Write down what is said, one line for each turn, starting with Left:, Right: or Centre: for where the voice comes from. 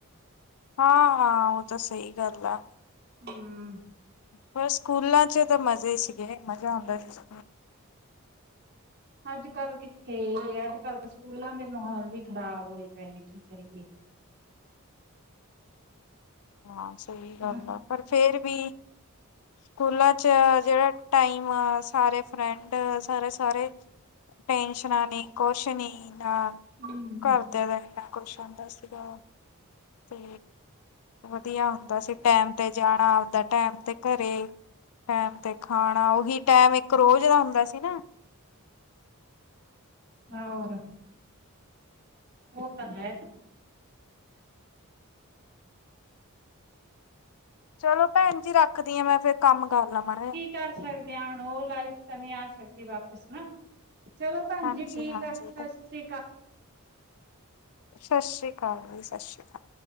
Left: ਹਾਂ, ਹਾਂ ਉਹ ਤਾਂ ਸਹੀ ਗੱਲ ਆ।
Right: ਹਮ
Left: ਪਰ ਸਕੂਲਾਂ 'ਚ ਤਾਂ ਮਜ਼ੇ ਸੀਗੇ ਮਜ਼ਾ ਆਉਂਦਾ ਸੀ।
Right: ਅੱਜ ਕੱਲ੍ਹ ਕਿੱਥੇ ਅੱਜ ਕੱਲ੍ਹ ਤਾਂ ਸਕੂਲਾਂ ਦੇ ਮਾਹੌਲ ਵੀ ਖ਼ਰਾਬ ਹੋਏ ਪਏ ਨੇ ਕੀ ਕਰੀਏ।
Left: ਹਾਂ, ਸਹੀ ਗੱਲ
Right: ਹਨਾ
Left: ਆ ਪਰ ਫੇਰ ਵੀ। ਸਕੂਲਾ ਚ ਜਿਹੜਾ ਟਾਈਮ ਆ ਸਾਰੇ ਫਰੈਂਡ ਸਾਰੇ -ਸਾਰੇ। ਟੈਨਸ਼ਨਾਂ ਨੀ ਕੁਛ ਨੀ ਇੰਨਾ
Right: ਹਮ
Left: ਘਰਦੇਆਂ ਦਾ ਇੰਨਾ ਕੁਛ ਹੁੰਦਾ ਸੀਗਾ। ਤੇ ਵਧੀਆ ਹੁੰਦਾ ਸੀ ਟੈਮ ਤੇ ਜਾਣਾ ਆਪਦਾ ਟੈਮ ਤੇ ਘਰੇ। ਟੈਮ ਤੇ ਖਾਣਾ ਉਹੀ ਟੈਮ ਇੱਕ ਰੋਜ਼ ਦਾ ਹੁੰਦਾ ਸੀ ਨਾ?
Right: ਹੋਰ। ਉਹ ਤਾਂ ਹੈ।
Left: ਚਲੋ ਭੈਣ ਜੀ ਰੱਖਦੀ ਆ ਮੈਂ ਫੇਰ ਕੰਮ ਕਰ ਲਵ ਮਾੜ।
Right: ਕੀ ਕਰ ਸਕਦੇ ਹਾਂ ਹੁਣ ਉਹ ਲਾਈਫ ਤਾਂ ਨਹੀਂ ਆ ਸਕਦੀ ਵਾਪਿਸ ਨਾ। ਚਲੋ ਭੈਣਜੀ
Left: ਹਾਂਜੀ
Right: ਠੀਕ
Left: ਹਾਂਜੀ
Right: ਆ। ਸਤਿ ਸ੍ਰੀ ਅਕਾਲ।
Left: ਸਤਿ ਸ੍ਰੀ ਅਕਾਲ ਜੀ, ਸਤਿ ਸ੍ਰੀ ਅਕਾਲ।